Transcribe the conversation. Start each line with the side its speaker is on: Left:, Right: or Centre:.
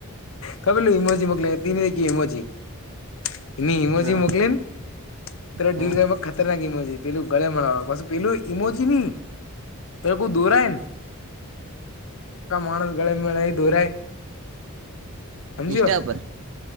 Left: ખબર નઈ, ઈમોજી મોકલે <inaudible> તખી ઈમોજી એમોજી
Right: હા
Left: મોકલે ને? તે ડીલ
Right: હા
Left: <inaudible> માં ખતરનાક ઇમોજ પેલુ ગળે મળવા નુ પાછુ પેલું ઈમોજી નહીં તો દોરાય ને, માણા ગળે મળાય એ દોરાય? સમજ્યો
Right: ઇન્સ્ટા ઉપર?